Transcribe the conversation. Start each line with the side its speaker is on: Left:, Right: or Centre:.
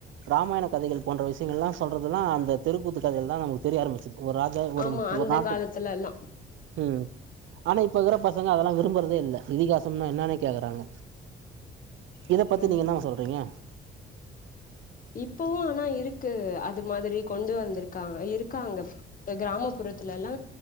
Right: ராமாயண கதைகள் போன்ற விஷயங்கள்லா சொல்றதுல்லா அந்த தெருக்கூத்து கதைகள் தா நமக்கு தெரிய ஆரம்பிச்சுது ஒரு ரா ஜா ஒரு
Left: ஆமா அந்த
Right: ஒரு நாட்டுக்
Left: காலத்துலல்லா
Right: ம் ஆனா இப்பருக்கற பசங்க அதெல்லா விரும்புறதே இல்ல இதிகாசம்னா என்னன்னே கேக்குறாங்க இத பத்தி
Left: அ
Right: நீங்க என்னம்மா சொல்றீங்க
Left: இப்பவு ஆனா இருக்கு அது மாதிரி கொண்டு வந்துருக்காங்க இருக்காங்க கிராமப்புறத்துலல்லா